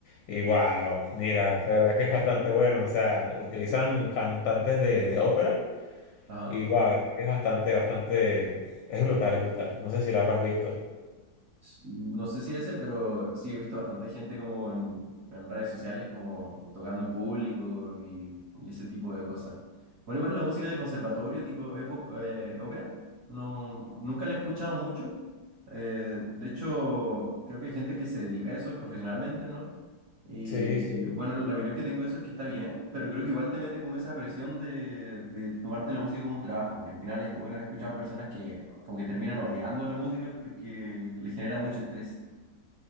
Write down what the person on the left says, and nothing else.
Y wow, mira, la verdad que es bastante bueno. O sea, utilizan cantantes de, de ópera
y guau, es bastante, bastante, es brutal, es brutal. No sé si la habrás visto.
Sí, sí.